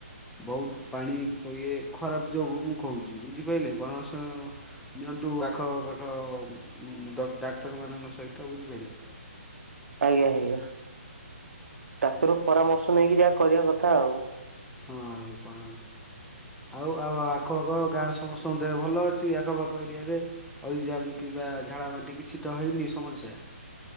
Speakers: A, in the centre; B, on the right.
A: ବହୁତ ପାଣି ପ ଇଏ ଖରାପ ଯୋଗୁ ମୁଁ କହୁଛି ବୁଝିପାଇଲେ <unintelligible> ଅଁ ନିଅନ୍ତୁ ଆଖ ପାଖ ଉଁ ଡ ଡାକ୍ତର ମାନଙ୍କ ସ ସହିତ ବୁଝିପାଇଲେ।
B: ଆଜ୍ଞା ଆଜ୍ଞା ଡାକ୍ତର ପରାମର୍ଶ ନେଇକି ଯାହା କରିବା କଥା ଆଉ।
A: ହଁ ଆଉ କଣ ଆଉ ଆଉ ଆଉ ଆଉ ଆଖ ଆଖ ଗାଁରେ ସମସ୍ତଙ୍କ ଦେହ ଭଲ ଅଛି ଆଖ ପାଖ ଏରିଆରେ ହଇଜା ବି କିମ୍ବା ଝାଡ଼ାବାନ୍ତି କିଛି ତ ହେଇନି ସମସ୍ୟା?